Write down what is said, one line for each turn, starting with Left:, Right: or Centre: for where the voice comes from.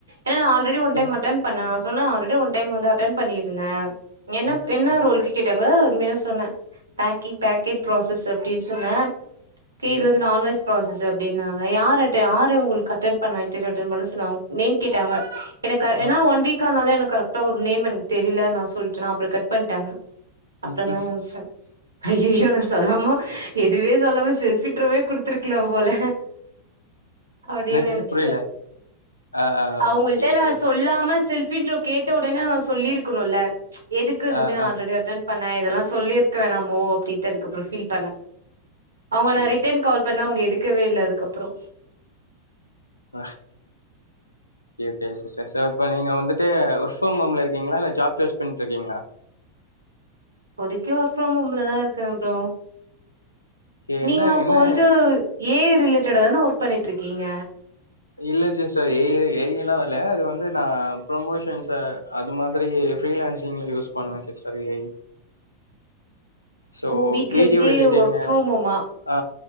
Right: ஏனா நா already one
Left: okay
Right: time attend பண்ணே நா சொன்ன ஆல்ரடி ஒன் டைம் வந்து அட்டன் பண்ணிருந்தே என்னப்
Left: ஆ
Right: என்ன
Left: ஆ
Right: ரோல் கேட்டாங்க உண்மைய சொன்னே பேங்கிங் பேக் என் ப்ராசஸ்சு அப்டி சொன்னே க்கே
Left: ஓகே
Right: இது வந்து நான் வாய்ஸ் ப்ராசஸ் அப்டின்னாங்க யாருட்ட யாரு இவுங்ளுக்கு அட்டன் பண்ணா இன்டெர்வியூ அட்டென் பண்ண சொன்ன அவுங் நேம் கேட்டாங்க எனக்கு அ
Left: ஆ
Right: ஏன்னா ஒன் வீக் ஆனால எனக்கு கரெட்டா ஒரு நேம் எனக் தெரில நா சொல்ட்டனா அப்றோ கட் பண்ட்டாங்க அப்புறதா
Left: ம் ம்
Right: யோசிச்சே அய்யயோ நா சொல்லாம எதுவே சொல்லாம செல்ஃப் இன்ட்ரோவே குடு த்ருக்கலாம் போல அப்டின்னு
Left: என்ன சிஸ்டர்
Right: நெனச்சட்ட
Left: புரியல ஆ ஆ
Right: அவுங்கள்ட்ட
Left: ஓகே ஓகே
Right: நா சொல்லாம செல் ஃபீன்றோ கேட்ட உடனே நா சொல்லியிருக்குணுல்ல எதுக்கு
Left: ஆ
Right: இதுமே நா
Left: ஆ
Right: ஆல்ரெடி அட்டன் பண்ண இதெல்லா சொல்லிருக்க வேணாமோ அப்டின்ட்டு அதுக்கப்றோ ஃபீல் பண்ண அவுங்க
Left: ஷோர்
Right: நா ரிட்டன் கால் பண்ணா அவுங்க எடுக்கவே இல்ல அதுக்கப்றோ
Left: ஆ கே கே சிஸ்டர் இப்ப நீங்க வந்துட்டு ஒர்க் ஃப்ரம் ஹோம்ல இருக்கீங்ளா இல்ல ஜாப் சேர்ச் பண்ணிட்டு இருக்கீங்ளா
Right: இப்போதிக்கு ஒர்க் ஃப்ரம் ஹோம்ல தா‌ இருக்கே ஃப்ரோ
Left: ஓகே
Right: நீங்க
Left: என்ன
Right: அப்போ
Left: என்ன
Right: வந்து ஏ ஐ ரிலேட்டடா தான ஒர்க் பண்ணிட்டு இருக்கீங்க
Left: இல்ல சிஸ்டர் ஏ ஐ ஏ ஐலா வல்ல அது வந்து நா ப்ரொமோஷன்ஸ்ச அது மாதிரி ஃப்ரீலான்ஸிங்ள யூஸ் பண்ணுவே சிஸ்டர் ஏ ஐ சோ
Right: ஓ வீட்ல
Left: வீடியோ
Right: இருந்தே
Left: எடிட்டிங்கு
Right: ஒர்க் ஃப்ரம் ஹோமா
Left: ஆ